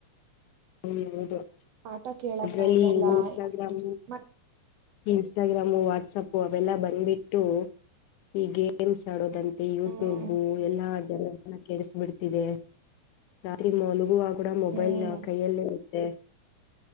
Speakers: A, on the left; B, on the right.
A: ಹ್ಮ್ ಹೌದು
B: ಪಾಠ ಕೇಳಕ್
A: ಅದ್ರಲ್ಲಿ
B: ಆಗಲ್ಲ
A: ಇನ್ಸ್ಟಾಗ್ರಾಮ್
B: ಮತ್
A: ಇನ್ಸ್ಟಾಗ್ರಾಮು ವಾಟ್ಸಪ್ ಅವೆಲ್ಲ ಬಂದ್ಬಿಟ್ಟು ಈ ಗೇಮ್ಸ್ ಆಡೋದಂತ ಮತ್ತೆ ಯೂಟ್ಯೂಬ್
B: ಹ್ಮ್
A: ಎಲ್ಲಾ ಜನನ್ನ ಕೆಡಸ ಬಿಡ್ತಿದೆ ರಾತ್ರಿ ಮಲಗುವಾ ಕೂಡ ಮೊಬೈಲ್
B: ಹ್ಮ್
A: ಕೈಯಲ್ಲೇ ಇರುತ್ತೆ